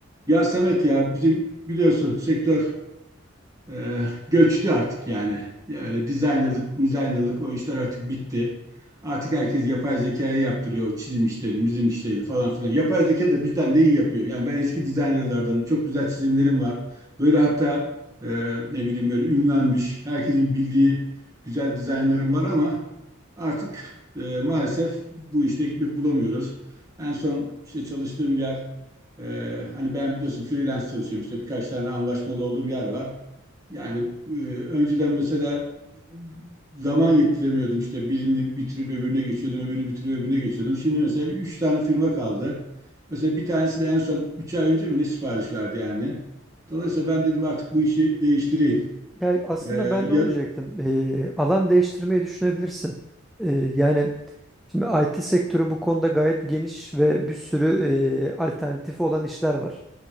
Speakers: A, on the right; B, in the centre.
A: Ya Samet ya bizim biliyorsun sektör e, göçtü artık yani. Ya öyle designerlık, designerlık o işler artık bitti. Artık herkes yapay zekaya yaptırıyor o çizim işlerini, bizim işlerini falan filan. Yapay zeka da bizden de iyi yapıyor. Yani ben eski designerlardanım. Çok güzel çizimlerim var. Böyle hatta e, ne bileyim böyle ünlenmiş, herkesin bildiği güzel dizaynlarım var ama artık e, maalesef bu işte ekmek bulamıyoruz. En son işte çalıştığım yer ee, hani ben biliyorsun freelance çalışıyorum işte birkaç tane anlaşmalı olduğum yer var. Yani e, önceden mesela zaman yettiremiyordum işte birini bitirip öbürüne geçiyordum, öbürünü bitirip öbürüne geçiyordum. Şimdi mesela üç tane firma kaldı. Mesela bir tanesi de en son üç ay önce mi ne sipariş verdi yani. Dolayısıyla ben dedim artık bu işi değiştireyim.
B: Ya aslında
A: Ee,
B: ben
A: ya,
B: de onu diyecektim. Ee, alan değiştirmeyi düşünebilirsin. Ee, yani şimdi IT sektörü bu konuda gayet geniş ve bir sürü e, alternatifi olan işler var.